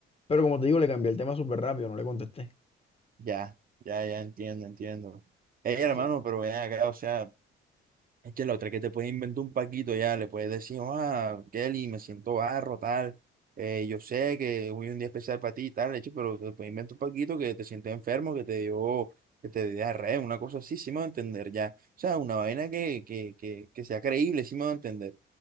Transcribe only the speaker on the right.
Ya, ya, ya, entiendo, entiendo. Ey, hermano,
pero ven acá, o sea. Es que la otra es que te puedes inventar un paquito ya, le puedes decir, "Oh, ah, Kelly, me siento barro, tal, eh, yo sé que hoy es un día especial para ti, tal, hecho, pero te puedes inventar un paquito que te sientes enfermo, que te dio, que te dio diarrea, una cosa así, sí me va a entender ya. O sea, una vaina que, que, que, que sea creíble, sí me va a entender.